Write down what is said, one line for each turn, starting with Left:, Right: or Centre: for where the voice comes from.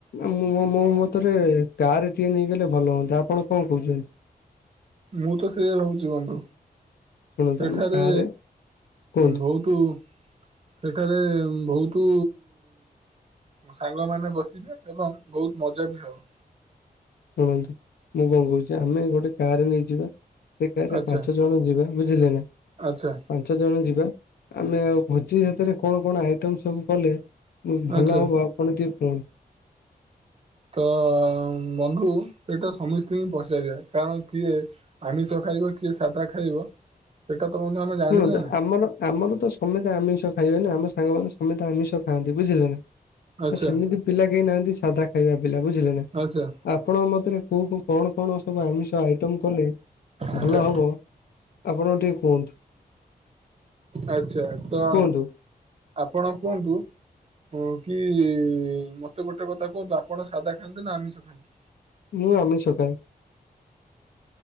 Left: ମୁଁ ମୋ ମତରେ କାର ଟିଏ ନେଇଗଲେ ଭଲ ହୁଅନ୍ତା ଆପଣ କଣ କହୁଛନ୍ତି?
Right: ମୁଁ ତ ସେୟା ଭାବୁଛି ବନ୍ଧୁ
Left: ଶୁଣନ୍ତୁ
Right: ସେଠାରେ
Left: ଆମେ କାରେ କୁହନ୍ତୁ
Right: ବହୁତ ତୁ ସେଠାରେ ବହୁତୁ ସାଙ୍ଗମାନେ ବସିବେ ଏବଂ ବହୁତ ମଜା ବି ହବ।
Left: ଶୁଣନ୍ତୁ ମୁଁ କଣ କହୁଚି ଆମେ ଗୋଟେ କାରେ ନେଇଯିବା। ସେ କାରେ
Right: ଆଚ୍ଛା
Left: ପାଞ୍ଚ ଜଣ ଯିବା ବୁଝିଲେ ନା।
Right: ଆଚ୍ଛା
Left: ପାଞ୍ଚ ଜଣ ଯିବା ଆମେ ଆଉ ଭୋଜି ହେତରେ କଣ କଣ ଆଇଟମ୍ ସବୁ କଲେ ଭଲ
Right: ଆଚ୍ଛା
Left: ହବ ଆପଣ ଟିକେ କୁହନ୍ତୁ।
Right: ତ ବନ୍ଧୁ ସେଇଟା ସମସ୍ତ ହି ପଚାରି ଦିଆ କାରଣ କିଏ ଆମିଷ ଖାଇବ କିଏ ସାଧା ଖାଇବ? ସେଟା ତ ମଧ୍ୟ ଆମେ ଜାଣିନେ
Left: ଶୁଣନ୍ତୁ
Right: ନା
Left: ଆମର ଆମର ତ ସମେତ ଆମିଷ ଖାଇବେ ନା ଆମ ସାଙ୍ଗମାନେ ସମେତ ଆମିଷ ଖାଆନ୍ତି ବୁଝିଲେ ନା।
Right: ଆଚ୍ଛା
Left: ଆ ସେମିତି ପିଲା କେହି ନାହାନ୍ତି ସାଧା ଖାଇବା ପିଲା ବୁଝିଲେ ନା
Right: ଆଚ୍ଛା
Left: ଆପଣଙ୍କ ମତରେ କୋଉ କୋଉ କଣ କଣ ସବୁ ଆମିଷ ଆଇଟମ୍ କଲେ
Right: ଆଚ୍ଛା
Left: ଭଲ ହବ ଆପଣ ଟିକେଏ କୁହନ୍ତୁ।
Right: ଆଚ୍ଛା ତ ଆ
Left: କୁହନ୍ତୁ
Right: ଆପଣ କୁହନ୍ତୁ। କଣ କି ମତେ ଗୋଟେ କଥା କୁହନ୍ତୁ ଆପଣ ସାଧା ଖାଆନ୍ତି ନା ଆମିଷ ଖାଆନ୍ତି?
Left: ମୁଁ ଆମିଷ ଖାଏ।